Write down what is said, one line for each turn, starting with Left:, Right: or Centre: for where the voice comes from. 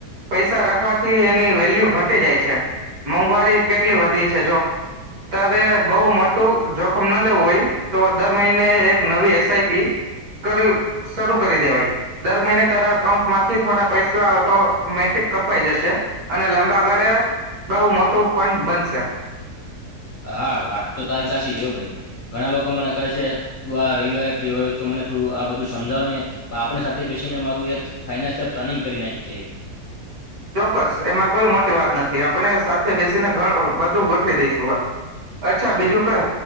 Right: પૈસા રાખવાથી એની વેલ્યુ ઘટી જાય છે મોંઘવારી કેટલી વધી છે જો તારે બહુ મોટું જોખમ ના લેવું હોય તો દર મહિને એક નવી એસ આઈ પી કર્યું શું. શરૂ કરી દેવાય દર મહિને તારા અકાઉન્ટ માંથી થોડા પૈસા ઓટોમેટીક કપાઈ જશે અને લાંબા ગાળે બહુ મોટું ફંડ બનશે.
Left: હા વાત તો તારી સાચી છે એવું ભાઈ ઘણા લોકો મને કહે છે તું આ રવિવારે ફ્રી હોય તો મને થોડું આ બધું સમજાવ ને આપણે સાથે બેસીને મારું એક ફાઈનાન્સલ પ્લાનિંગ કરી નાખી.
Right: ચોક્કસ એમાં કોઈ મોટી વાત નથી આપણે સાથે બેસીને ગા બધું ગોઠવી દઈશું અચ્છા બીજું કહે